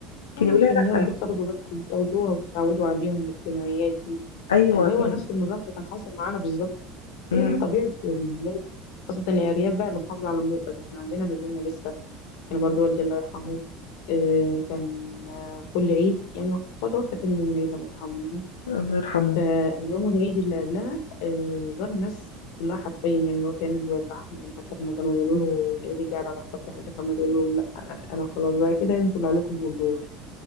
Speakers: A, on the left; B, on the left.
A: كان
B: آه،
A: يقول
B: عشان
A: لها
B: ياخدوا
A: لا
B: تاخدوا بالكم تاخدوها وتتعودوا عليهم الاجتماعيات دي
A: ايوه
B: آه، هو
A: كان
B: نفس النظام اللي كان حاصل معانا بالظبط
A: مم.
B: هي دي طبيعة البلاد خاصة الأرياف بقى اللي محافظة على النقطة دي احنا عندنا ما زلنا لسه يعني برضو والدي الله يرحمه آه، كان آه، كل عيد يعني هو توفى تاني يوم العيد الله يرحمه يعني
A: الله يرحمه
B: آه، اليوم العيد اللي قبلها آه، زار الناس كلها حرفيا يعني هو كان الواد بحر يعني حتى لما كانوا يقولوا له العيد جه على عرفات لحاج محمد يقول لهم لا آه، انا خلاص بقى كده انتوا اللي عليكم الدور